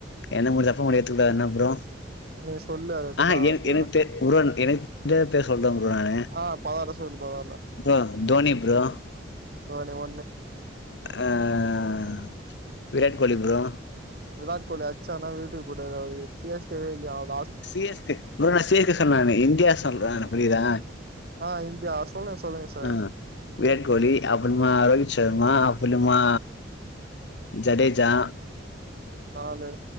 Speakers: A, on the left; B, on the right.
A: என்ன முடிஞ்சப்பொ முடிவெடுத்துக்கலா என்ன ப்ரோ
B: நீ சொல்லு அடுத்து
A: ஆஹ்
B: நா
A: எனக்
B: ஒத்துக்கறே
A: எனக் தெரிஞ் ப்ரோ எனக் தெரிஞ்ச பேர் சொல்றே ப்ரோ நானு
B: ஆ பதார்ல சொல்லு பதார்ல
A: ப்ரோ தோனி ப்ரோ
B: தோனி ஒன்னு
A: அஹ் விராட் கோலி ப்ரோ
B: விராட் கோலி அச்சானா வீட்டுக்கு போய்டுவ <unintelligible> சிஸ் கே வா இல்ல அ
A: சி எஸ் கே ப்ரோ நா சி எஸ் கே சொல்ல நானு இந்தியா சொல்ற புரியுதா
B: ஆ இந்தியா சொல்லுங்க சொல்லுங்க சார்
A: ஆஹ் விராட் கோலி அப்புறமா ரோஹித் சர்மா அப் புறமா ஜடேஜா
B: நாலு